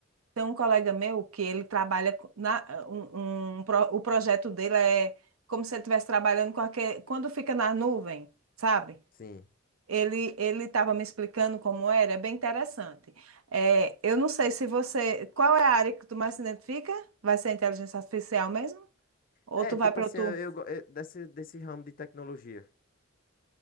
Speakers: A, on the right (about 90°); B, on the left (about 40°).
A: Tem um colega meu que ele trabalha co- na um, um pro- o projeto dele é como se ele estivesse trabalhando com aquele, quando fica na nuvem, sabe?
B: Sim.
A: Ele ele estava me explicando como era, é bem interessante. É, eu não sei se você, qual é a área que tu mais se identifica? Vai ser inteligência artificial mesmo? Ou
B: É,
A: tu
B: tipo
A: vai para
B: assim,
A: outro?
B: eu, go- é, desse, desse ramo de tecnologia.